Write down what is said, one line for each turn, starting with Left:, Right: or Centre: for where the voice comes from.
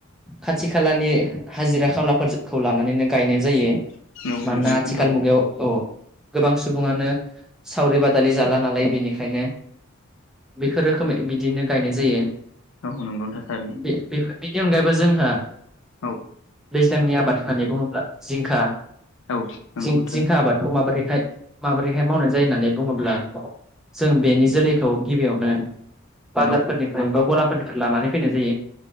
Centre: खाथि खालानि हाजिरा खामलाफोरखौ लानानैनो गायनाय जायो।
Left: औ नंगौ
Centre: मानना
Left: नोंथां
Centre: आथिखाल
Left: थारैनो
Centre: मुगायाव औ गोबां सुबुङानो सावरि बादालि जाला नालाय बेनिखायनो बिफोर रोखोमै बिदिनो गायनाय जायो
Left: औ नंगौ नोंथां थारैनो
Centre: बि बि बिनि अनगायैबो जों जोंहा
Left: औ।
Centre: सिगांनि आबाद होननानै बुङोब्ला जिंखा
Left: औ नंगौ
Centre: थिं
Left: नोंथां
Centre: जिंखा आबादखौ माबोरै हाय माबोरैहाय मावनाय जायो होननानै बुङोब्ला जों बेनि जोलैखौ गिबियावनो बाजारफोरनिफ्राय
Left: औ
Centre: बा गलाफोरनिफ्राय लानानै फैनाय जायो।